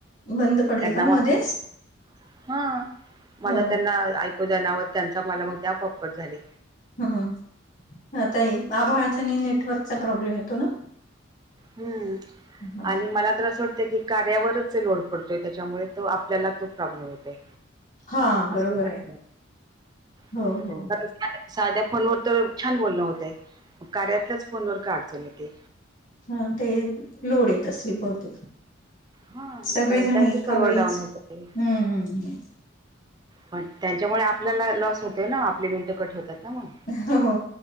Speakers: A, on the left (about 40°); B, on the right (about 20°).
A: बंद पडले
B: त्यांनावाटलं
A: का मध्येच
B: हा माझा
A: हो
B: त्यांना ऐकू जाईना आवाज. त्यांचा मला मग ते आपोआप कट झाली.
A: ह आता आभाळाच्यानी नेटवर्कचा प्रॉब्लेम येतो ना.
B: हम्म
A: ह
B: आणि मला तर असं वाटत की कार्यावरच लोड पडतोय त्याच्यामुळे तो आपल्याला तो प्रॉब्लेम येतय.
A: हा बरोबर
B: आसू शकते
A: आहे हो
B: हम्म
A: हो
B: खरंच. साध्या फोनवर तर छान बोलणं होतय कार्यातल्याच फोनवर का अडचण येतेय.
A: हा ते लोडी येत असेल बहुतेक.
B: हा
A: सगळेजण
B: कारण त्यांचे
A: एका
B: सर्व्हर
A: वेळीच
B: डाऊन होतंय.
A: हम्म हम्म हम्म,
B: पण त्यांच्यामुळे आपल्याला लॉस होतोय ना आपली मिनटं कट होतात. ना मग.
A: हो